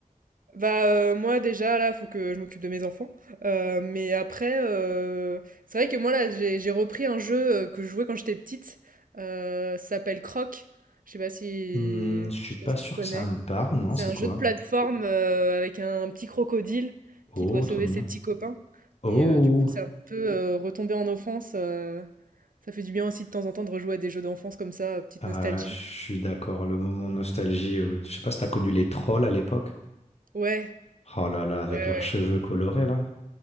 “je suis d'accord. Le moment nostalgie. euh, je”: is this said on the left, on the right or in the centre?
Left